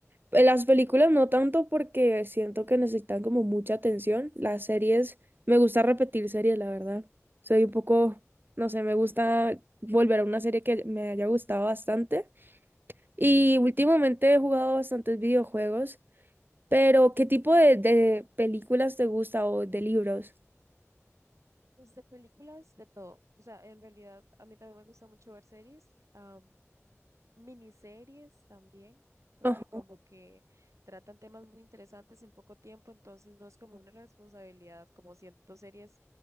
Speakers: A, on the right; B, on the right.
A: En las películas no tanto porque siento que necesitan como mucha atención. Las series, me gusta repetir series, la verdad. Soy un poco, no sé, me gusta volver a una serie que me haya gustado bastante. Y últimamente he jugado bastantes videojuegos, pero ¿qué tipo de, de películas te gusta o de libros?
B: Pues de películas, de todo. O sea, en realidad a mí también me gusta mucho ver series, am, miniseries también, porque
A: Ajá.
B: como que tratan temas muy interesantes en poco tiempo, entonces no es como una responsabilidad, como siento series,